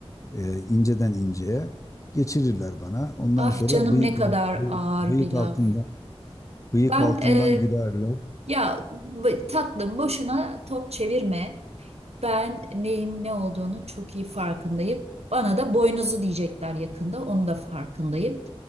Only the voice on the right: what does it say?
Ah
canım
ne kadar
ağır
bir
laf.
Ben
e,
ya b- tatlım boşuna top çevirme. Ben neyin ne olduğunu çok iyi farkındayım. Bana da boynuzu diyecekler yakında, onu da farkındayım.